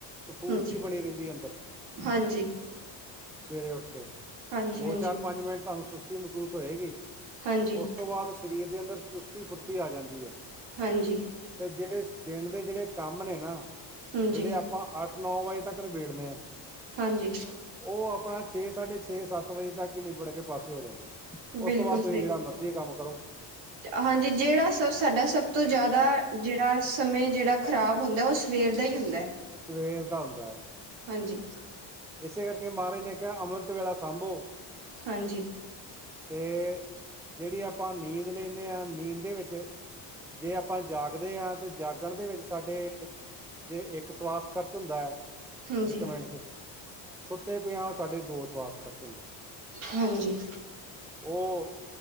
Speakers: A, in the centre; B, on the right.
A: ਸਫੂਰਤੀ
B: ਹਾਂਜੀ
A: ਬਣੀ ਰਹਿੰਦੀ ਅੰਦਰ।
B: ਹਾਂਜੀ।
A: ਸਵੇਰੇ ਉੱਠ ਕੇ
B: ਹਾਂਜੀ
A: ਦੋ
B: ਹਾਂਜੀ
A: ਚਾਰ ਪੰਜ ਮਿੰਟ ਤੁਹਾਨੂੰ ਸੁਸਤੀ ਮਹਿਸੂਸ ਹੋਏਗੀ।
B: ਹਾਂਜੀ
A: ਉਸ ਤੋਂ ਬਾਅਦ ਸਰੀਰ ਦੇ ਅੰਦਰ ਚੁਸਤੀ ਫੁਰਤੀ ਆ ਜਾਂਦੀ ਹੈ।
B: ਹਾਂਜੀ।
A: ਤੇ ਜਿਹੜੇ ਦਿਨ ਦੇ ਜਿਹੜੇ ਕੰਮ ਨੇ ਨਾ
B: ਹਾਂਜੀ
A: ਜਿਹੜੇ। ਆਪਾਂ ਅੱਠ ਨੌ ਵਜੇ ਤੱਕ ਨਿਬੇੜਦੇ ਹਾਂ।
B: ਹਾਂਜੀ।
A: ਉਹ ਆਪਣਾ ਛੇ ਸਾਢੇ ਛੇ ਸੱਤ ਵਜੇ ਤੱਕ ਨਿਬੜ ਕੇ ਪਾਸੇ ਹੋ ਜਾਂਦੇ।
B: ਬਿਲਕੁਲ
A: ਉਸ ਤੋਂ ਬਾਅਦ
B: ਸਹੀ
A: ਤੁਸੀਂ ਜਿਹੜਾ
B: ਗੱਲ
A: ਮਰਜ਼ੀ ਕੰਮ ਕਰ।
B: ਹਾਂਜੀ ਜਿਹੜਾ ਸ ਸਾਡਾ ਸਭ ਤੋਂ ਜ਼ਿਆਦਾ ਜਿਹੜਾ। ਸਮੇਂ ਜਿਹੜਾ ਖ਼ਰਾਬ ਹੁੰਦਾ ਉਹ ਸਵੇਰ ਦਾ ਹੀ ਹੁੰਦਾ ਹੈ।
A: ਸਵੇਰ ਦਾ ਹੁੰਦਾ ਆ।
B: ਹਾਂਜੀ।
A: ਇਸੇ ਕਰਕੇ ਮਹਾਰਾਜ ਨੇ ਕਿਹਾ ਅੰਮ੍ਰਿਤ ਵੇਲਾ ਸਾਂਭੋ।
B: ਹਾਂਜੀ।
A: ਤੇ ਜਿਹੜੀ ਆਪਾਂ ਨੀਂਦ ਲੈਂਦੇ ਹਾਂ ਨੀਂਦ ਦੇ ਵਿੱਚ। ਜੇ ਆਪਾਂ ਜਾਗਦੇ ਹਾਂ ਤੇ। ਜਾਗਣ ਦੇ ਵਿੱਚ ਸਾਡੇ ਜੇ ਇੱਕ ਸਵਾਸ ਖਰਚ ਹੁੰਦਾ ਹੈ
B: ਹਾਂਜੀ
A: ਇੱਕ ਮਿੰਟ ਚ। ਸੁੱਤੇ ਪਿਆ ਸਾਡੇ ਦੋ ਸਵਾਸ ਖਰਚ। ਹੁੰਦੇ
B: ਹਾਂਜੀ।
A: ਉਹ।